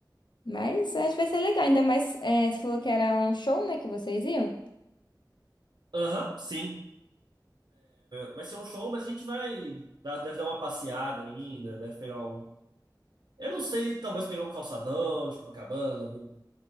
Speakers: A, on the left; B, on the right.
A: Mas acho que vai ser legal, ainda mais é, você falou que era um show, né, que vocês iam.
B: Aham, sim. Vai ser um show, mas a gente vai. dar- Deve dar uma passeada ainda, deve pegar um. Eu não sei, talvez pegar um calçadão de Copacabana, ver